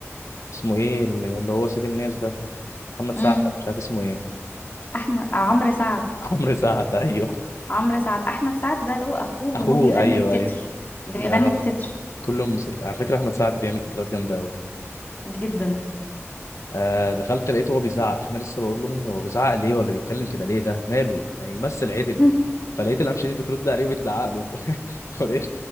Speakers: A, on the left; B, on the left.
A: اسمه ايه اللي اللي هو سيد الناس ده محمد
B: مم.
A: سعد مش عارف اسمه ايه
B: أحمد عمرو سعد
A: <laughs> عمرو سعد ايوه
B: عمرو سعد احمد سعد ده اللي هو اخوه
A: <laughs>
B: اللي
A: اخوه
B: هو بيغني
A: ايوه
B: التتر
A: ايوه
B: اللي بيغني
A: آه.
B: التتر
A: كل المسل... على فكره احمد سعد بيعمل تترات جامده قوي
B: جدا
A: آه دخلت لقيته هو بيزعق فانا لسه بقول لامي هو بيزعق ليه ولا بيتكلم كده ليه ده ماله ما يمثل عدل
B: مم.
A: فلقيت الامشني بترد عليه وبتزعق له <laughs> ولقيت